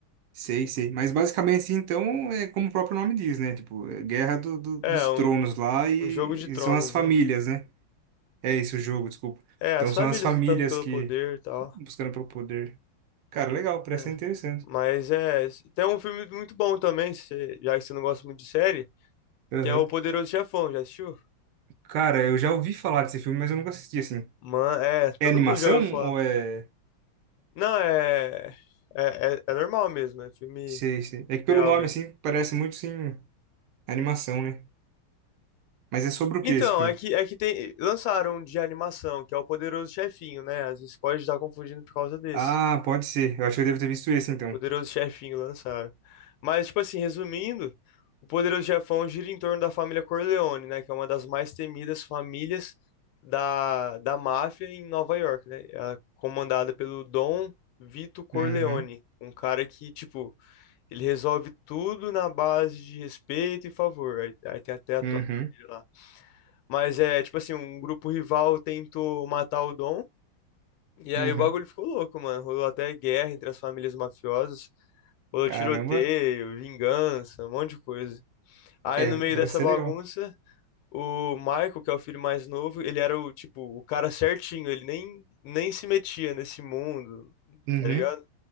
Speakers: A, on the right (about 80°); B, on the left (about 90°).
A: Sei, sei. Mas basicamente, assim, então, é como o próprio nome diz, né? Tipo, é Guerra do, do- dos
B: É, um,
A: Tronos lá e,
B: um jogo de
A: e
B: tronos,
A: são as famílias,
B: né?
A: né? É isso, o jogo, desculpa.
B: É,
A: Então
B: as
A: são
B: famílias
A: as famílias
B: lutando pelo
A: que
B: poder e tal.
A: buscando pelo poder. Cara, legal, parece
B: É.
A: ser interessante.
B: Mas é. Tem um filme muito bom também, se- já que você não gosta muito de série,
A: Aham.
B: que é O Poderoso Chefão, já assistiu?
A: Cara, eu já ouvi falar desse filme, mas eu nunca assisti, assim.
B: Mano, é,
A: É
B: todo
A: animação
B: mundo já ouviu falar.
A: ou é...
B: Não, é. É, é, é normal mesmo, é filme
A: Sei, sei. É que pelo
B: real
A: nome,
B: mesmo.
A: assim, parece muito, sim, animação, né? Mas é sobre o
B: Então,
A: que esse filme?
B: é que, é que tem, lançaram um de animação, que é O Poderoso Chefinho, né? Às vezes pode estar confundindo por causa desse.
A: Ah, pode ser. Eu acho que eu devo ter visto esse, então.
B: Poderoso Chefinho lançaram. Mas, tipo assim, resumindo, o Poderoso Chefão gira em torno da família Corleone, né? Que é uma das mais temidas famílias da, da máfia em Nova York, né? é comandada pelo Dom Vito Corleone,
A: Uhum,
B: um cara que, tipo, ele resolve tudo na base de respeito e favor. Aí, aí tem até a
A: uhum,
B: tropa dele lá. Mas é, tipo assim, um grupo rival tentou matar o Dom. E
A: uhum.
B: aí o bagulho ficou louco, mano. Rolou até guerra entre as famílias mafiosas. Rolou
A: Caramba.
B: tiroteio, vingança, um monte de coisa. Aí
A: É,
B: no meio
A: parece
B: dessa
A: ser
B: bagunça,
A: legal.
B: o Michael, que é o filho mais novo, ele era o tipo, o cara certinho, ele nem, nem se metia nesse mundo,
A: Uhum,
B: tá ligado?